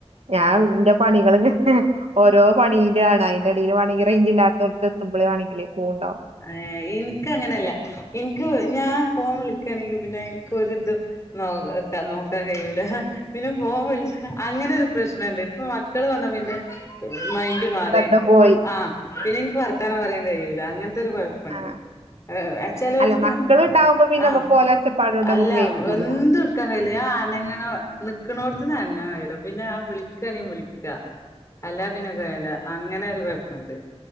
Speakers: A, on the right (about 75°); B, on the left (about 30°).
A: ഞാ <unintelligible> ഇന്റെ പണികളു <unintelligible> ഓരോ പണീന്റെ ആണ് അയിന്റെ ദീൽവാണെകിൽ റേഞ്ച് ഇല്ലാത്തോട്ത് എത്തുമ്പല് വാണെകിൽ പോവ്ണ്ടാവും
B: ഏ ഇൻക്ക് അങ്ങനല്ല ഇൻക്ക് ഞാ <unintelligible> ഫോൺ വിളിക്കണെങ്കി പിന്നെ ഇൻക് ഒരിതും നോ <unintelligible> നോക്കാൻ കഴി യൂല <unintelligible> പിന്നെ ഫോൺ വിളിച്ച അങ്ങനൊരു പ്രശ്നണ്ട് മക്കള് വന്നാ പിന്റെ <unintelligible> മൈന്റ് മാറി
A: ശ്രദ്ധ പോയി
B: ആ പിന്നെ ഇൻക്ക് വർത്താനം പറയാൻ കഴിയൂല അങ്ങൻ <inaudible> തൊരു കൊയപ്പണ്ട്
A: ആ
B: ആ <unintelligible> ചെലോൽക്ക്
A: അല്ല മക്കള്
B: <unintelligible>
A: ഇണ്ടാവുമ്പോ പിന്നെ
B: ആ
A: നമ്മക്ക് ഓലെ ഒച്ചപ്പാടോണ്ട്
B: അല്ല
A: നമ്മക്ക് വെയ്ക്കൂല
B: വ് എന്ത് ട്ക്കാണെങ്കില് ആ അനങ്ങ <inaudible> <unintelligible> ക്ക്‌നോട്ത്ത്ന്ന് അനങ്ങാ കഴിയൂല പിന്നെ <unintelligible> വിളിക്കാണെങ്കി വിളിക്ക അല്ല പിന്നെ വേല അങ്ങനൊരു <inaudible> പണ്ട്